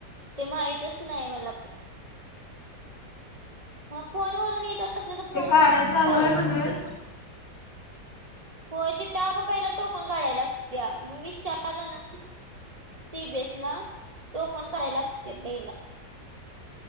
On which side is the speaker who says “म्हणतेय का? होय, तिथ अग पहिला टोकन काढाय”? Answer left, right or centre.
Right